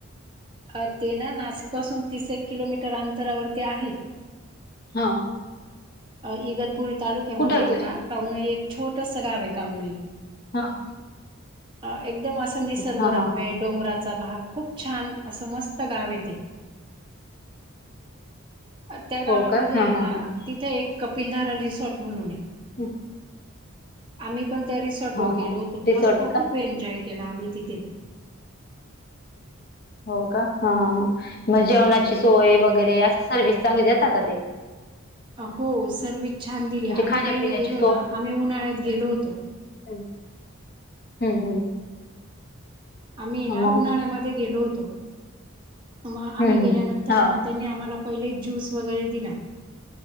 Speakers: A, on the right (about 20°); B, on the left (about 45°).
A: अ ते ना, नाशिक पासून, तीस - एक किलोमीटर अंतरावरती आहेत.
B: हाव.
A: अ इगतपुरी तालुक्यामध्ये
B: कुठं तरी?
A: ना. कावनई, एक छोटस गावय, कावनई.
B: हा.
A: अ एकदम असं निसर्गरम्य.
B: हां, हां, हां.
A: डोंगराचा भाग. खूप छान. असं, मस्त गावय तेे. त्या
B: हो
A: गावामध्येय
B: का? हां,
A: ना.
B: हां, हां.
A: तिथे एक कपिलधारा रिसॉर्ट म्हणूनय.
B: ह.
A: आम्ही पण त्या रिसॉर्टवर
B: हा
A: गेलो होतोत.
B: रिसॉर्ट
A: मस्त
B: आहे का
A: खूप, एन्जॉय केला आम्ही तिथे.
B: हो, का? ह, ह, ह.
A: हो
B: मग जेवणाची सोय वगैरे? असा सर्वि्स चांगली देता का ते?
A: हो, सर्विस छान दिली.
B: म्हणजे
A: आम्ही
B: खाण्यापिण्याची
A: पहिले गेलो ना, आम्ही उन्हाळ्यात गेलो होतो.
B: हम्. हम्म, हम्म.
A: आम्ही
B: मग
A: ना, उन्हाळ्यामध्ये गेलो होतो. मग
B: हम्म
A: आम्ही गेल्यानंतरय
B: हम्म हम्म हा
A: ना, त्यांनी आम्हाला पहिले ज्यूस वगैरे दिला.